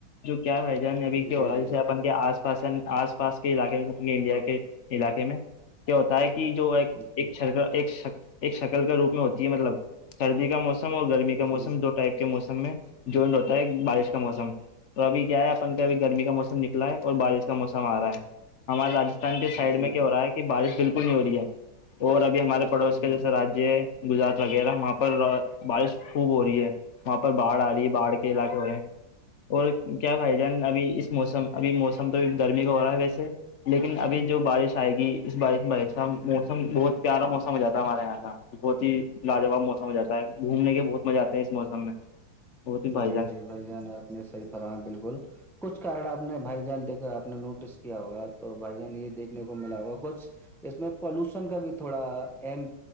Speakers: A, on the left; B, in the centre.
A: جو کیا با ابھی ہو
B: جی
A: رہا
B: جی
A: جیسے اپ کے آس پاس آس پاس کے علاقے میں انڈیا کے علاقے میں کیا ہوتا ہے کہ جو ایک
B: جی
A: شر ایک شکل کے روپ میں ہوتی ہے مطلب سردی کا موسم اور گرمی کا موسم
B: جی
A: دو ٹائپ کے موسم میں جونٹ ہوتا ہے ایک بارش کا موسم تو ابھی کیا ہے اپن کابھی گرمی کا موسم نکلا ہے اور بارش کا موسم آ رہا ہے ہمارے راستھان کے سائڈ
B: جی
A: میں کیا
B: جی
A: ہو رہا ہے کہ بارش بالکل نہیں ہو رہی ہے اور اب ہمارے پڑوس
B: جی
A: کا جیسےاجیہ ہے گجرات وغیرہ وہاں پر بارش خوب ہو رہی ہے وہاں پر باڑھ آ رہی ہے باڑ کے علاقے ہو رہ ہے اور کیا بھائی جان ابھی اس موسم ابھی موسم تو ا گرمی کا ہو رہا ہے ویسے لیکن ابھی جو بارش آئے گی اس بارش میں موسم بہت پیارا موسم مم ہو جاتا ہمارے یہاں کا بہت ہی لاجواب موس ہواتا ہے گھومنے کے بہت مزہ آتے ہیں اس موسم میں بہت ہی
B: جی
A: جان
B: جی بھائی جان اپنے سری فرا بالکل کچھارن آپ نے بھائی جہان دیکھا آپ نے نوٹس کیا ہوگا تو بھائی جان یہ دیکھے دیکنے کو ملا ہوا کچھ اس میں پالوشن کا بھی تھوڑا ام